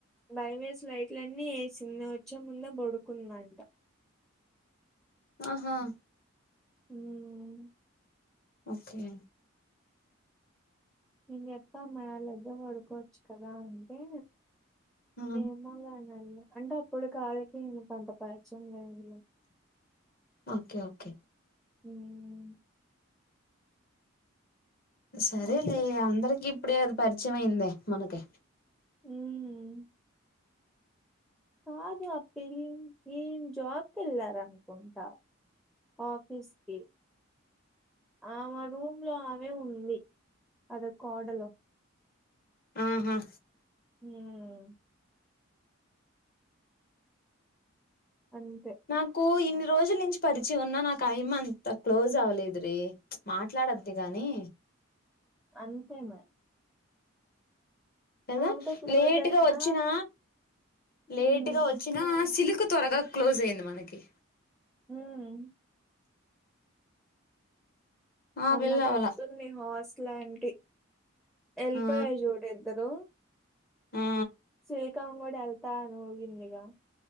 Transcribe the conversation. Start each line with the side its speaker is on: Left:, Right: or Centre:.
Centre: బయమేసి లైట్ల అన్నీ ఏసింది నువ్వొచ్చే ముందే పడుకుంద అంట
Left: ఆహా
Centre: ఉమ్
Left: ఓకే
Centre: నేను జెప్ప మావోళ్ళదగ్గర బడుకోవచ్చు కదా అంటే
Left: ఆ
Centre: ఏమో లేనఅండి అంటే అప్పుడు కాళ్ళకి అంత పరిచయం లేదులే అండి
Left: ఓకే ఓకే
Centre: ఉం
Left: సరేలే
Centre: అప్పుడు
Left: అందరికి ఇప్పుడే కద పరిచయం అయిందే మనకి
Centre: ఉమ్ కాదు అఖిల్ నేన్ జాబ్కి ఎల్లారనుకుంట ఆఫీస్ కి ఆ మరు లో అవే ఉంది అదొ కోడలో
Left: ఆహా
Centre: ఉమ్ అంతే
Left: నాకు ఇన్ని రోజుల నించి పరిచయము ఉన్న నాకు అయిమ అంత క్లోజ్ అవలేదు లే మాట్లాడ అద్దు గాని
Centre: అంతే మరి
Left: కదా
Centre: ఆమెతో క్లోజ్
Left: లేటుగా
Centre: అయినా
Left: వొచ్చినా లేటుగా
Centre: ఉమ్,
Left: వొచ్చినా సిలుకు త్వరగా క్లోజయింది మనకి
Centre: ఉమ్
Left: ఆ
Centre: మొన్న
Left: పిల్ల
Centre: చెప్తుంది
Left: అవల
Centre: హాస్ట్ల్ లాంటి ఎళ్ళిపోయారు
Left: ఆ
Centre: చూడు ఇద్దరు
Left: ఆ
Centre: సిల్కమ్మ గూడా ఎల్తానూ అనిందిగా